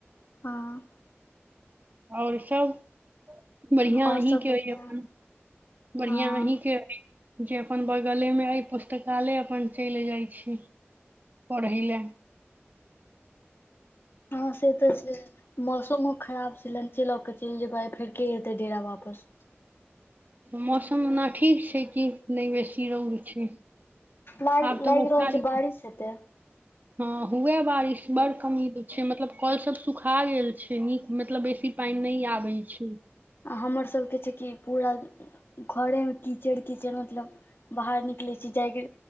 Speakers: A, on the left; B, on the right.
A: हँ
B: आओर सभ बढ़िया
A: आओर
B: अहीं
A: सब
B: के
A: बढ़िआँ
B: हइ अपन बढ़िया
A: हँ
B: अहीं के ह जे अपन बगले मे एहि पुस्तकालय अपन चलि जाइत छी पढ़ै ले
A: ह से तऽ छै मौसमो खराब छलै च लऽ कऽ चलि जेबाय फेर ह जेतै डेरा वापस
B: मौसम ओना ठीक छै कि नहि बेसी रौद छै
A: लाग
B: आब तऽ
A: लागि
B: बस
A: रहल
B: तारी
A: छै बारिश हेते
B: हँ हुए बारिश बड़ कमी छै मतलब कलसभ सुखा गेल छै नीक मतलब बेसी पानि नहि आबै छै
A: आ हमरसभके छै कि पूरा घरेमे कीचड़ कीचड़ मतलब बाहर निक ले छी जाय के